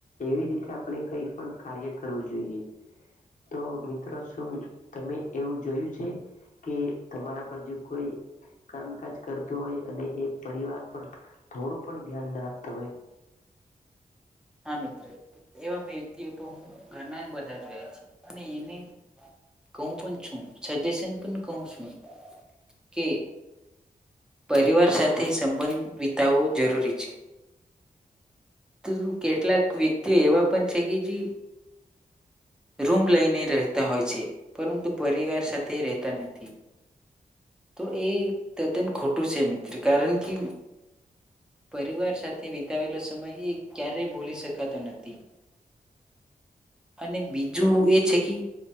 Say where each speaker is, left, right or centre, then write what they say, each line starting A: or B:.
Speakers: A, on the left; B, in the centre.
A: એવી રીતે આપણે કઈ પણ કાર્ય કરવું જોઈએ તો મિત્રો શું તમે એવું જોયું છે કે તમારા બાજુ કોઈ કામકાજ કરતું હોય અને એ પરિવાર પણ થોડું પણ ધ્યાન ના આપતો હોય
B: હા મિત એવા વ્યક્તિઓ તો હું ઘરના બધા જ રહયા છ અને એને કહું પણ છું સજેશન પણ કહું છું કે પરિવાર સાથે સંબંધ વિતાવવો જરૂરી છે તો કેટલાક વ્યક્તિઓ એવા પણ છે કે જે રૂમ લઈને રહેતા હોય છે પરંતુ પરિવાર સાથે રહેતા નથી તો એ તે દન ખટ છે મિત્ર કારણ કે પરિવાર સાથે વિતાવેલો સમય એ ક્યારેય ભૂલી શકાતો નથી અને બીજું એ છે કે